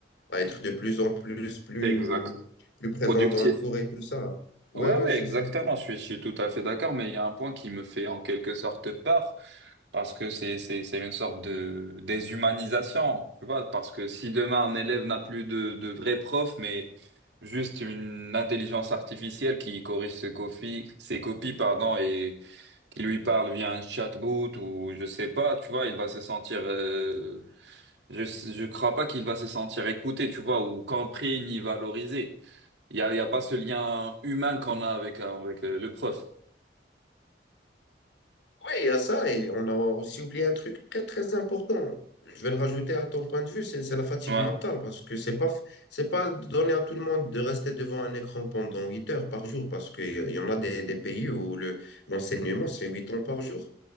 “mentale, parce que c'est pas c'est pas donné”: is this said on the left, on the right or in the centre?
Left